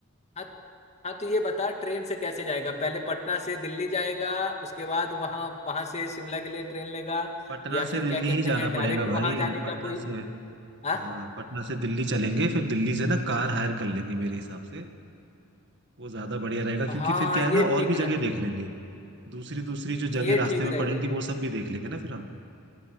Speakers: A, on the left; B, on the right.
A: हाँ हाँ, तो ये बता ट्रेन से कैसे जाएगा पहले पटना से दिल्ली जाएगा उसके बाद वहां वहां से शिमला के लिए ट्रेन लेगा
B: पटना
A: या
B: से
A: फिर
B: दिल्ली
A: क्या कहते
B: ही जाना
A: हैं डायरेक्ट
B: पड़ेगा भाई
A: वहां जाने का
B: पटना
A: कोई
B: से
A: हाँ
B: हाँ पटना से दिल्ली चलेंगे फिर दिल्ली से ना कार हायर कर लेंगे मेरे हिसाब से वो ज्यादा बढ़िया रहेगा क्योंकि
A: हाँ
B: फिर क्या
A: ये
B: है ना
A: ठीक
B: और भी जगह
A: रहे
B: देख लेंगे दूसरी दूसरी जो
A: ये
B: जगह रास्ते
A: ठीक
B: में
A: रहेगा
B: पड़ेंगी
A: ये
B: वो
A: ठीक
B: सब भी देख लेंगे ना फिर हम